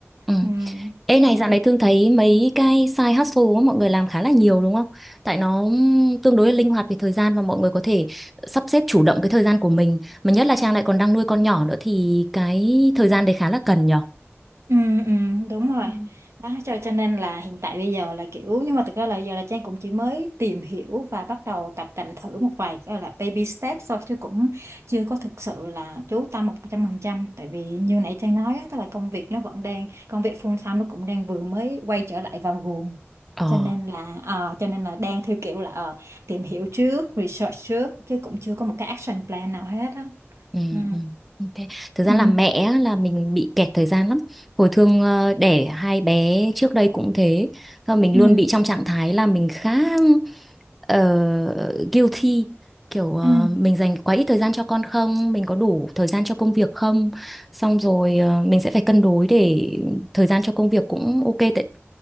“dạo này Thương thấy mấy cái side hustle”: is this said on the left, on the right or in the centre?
Centre